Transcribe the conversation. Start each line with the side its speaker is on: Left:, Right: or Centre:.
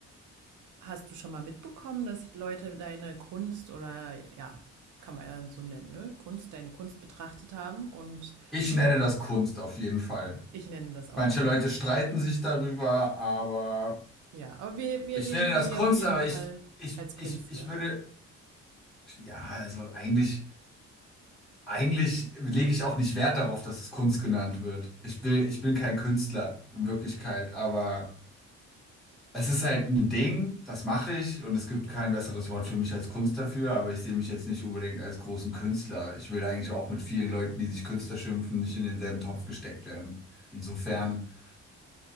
Right: Hast du schon mal mitbekommen, dass Leute deine Kunst oder ja, kann man ja so nennen, ne? Kunst, deine Kunst betrachtet haben und
Centre: Ich nenne das Kunst auf jeden Fall.
Right: ich nenne das auch
Centre: Manche
Right: Kunst.
Centre: Leute streiten sich darüber, aber
Right: Ja, aber wir, wir
Centre: ich
Right: reden
Centre: nenne
Right: von
Centre: das
Right: dir
Centre: Kunst,
Right: auf jeden
Centre: aber
Right: Fall
Centre: ich, ich,
Right: als
Centre: ich,
Right: Künstler.
Centre: ich würde, ja, also eigentlich, eigentlich lege ich auch nicht Wert darauf, dass es Kunst genannt wird. Ich will, ich bin kein Künstler in Wirklichkeit, aber Es ist halt ein Ding, das mache ich und es gibt kein besseres Wort für mich als Kunst dafür, aber ich sehe mich jetzt nicht unbedingt als großen Künstler. Ich will eigentlich auch mit vielen Leuten, die sich Künstler schimpfen, nicht in denselben Topf gesteckt werden. Insofern